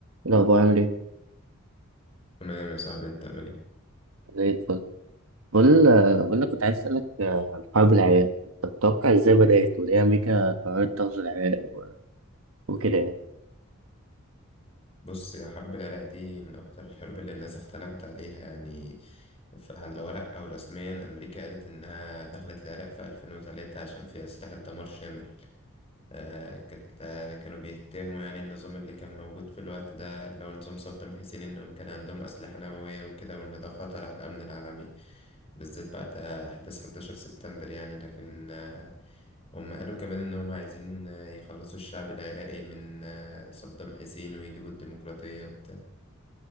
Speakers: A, on the right; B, on the left.
A: الأخبار عامل إيه؟
B: تمام يا صاحبي انت عامل ايه
A: زي الفل. بقول بقول لك كنت عايز أسألك آه، عن حرب العراق، طب تتوقع إزاي بدأت وليه أمريكا قررت تغزو العراق و- وكده يعني؟
B: بص يا حرب العراق دي من اكتر الحروب اللي الناس اختلفت عليها يعني ف- على الورق او رسميا امريكا قالت انها دخلت العراق في 2003 عشان فيها اسلحة دمار شامل آه كانت آه كانوا بيتهموا يعني النظام اللي كان موجود في الوقت ده اللي هو نظام صدام حسين انهم كان عندهم اسلحة نووية وكده وان ده خطر على الامن العالمي بالذات بعد آه، احداث 11 سبتمبر يعني لكن آه، هم قالوا كمان إن هم عايزين آه، يخلصوا الشعب العراقي من آه، صدام حسين ويجيبوا الديمقراطية وبتاع